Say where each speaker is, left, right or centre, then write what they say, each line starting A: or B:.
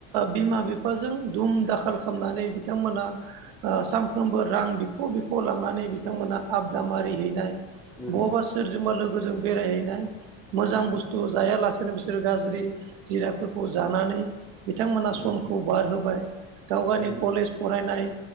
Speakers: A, on the right; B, in the centre.
A: बिमा बिफाजों दुम दाखाल खालामनानै बिथांमोनहा सानफ्रोमबो रां बिख' बिख' लांनानै बिथांमोना आबदा मारिहैनाय
B: उम
A: बबा सोरजोंबा लोगोजों बेरायहैनाय मोजां
B: उम
A: बुस्थु जायालासेनो बिसोरो गाज्रि जिराफोरखौ जानानै बिथांमोना
B: उम
A: समखौ बारहोबाय गाव गावनि
B: उम
A: कलेज फरायनाय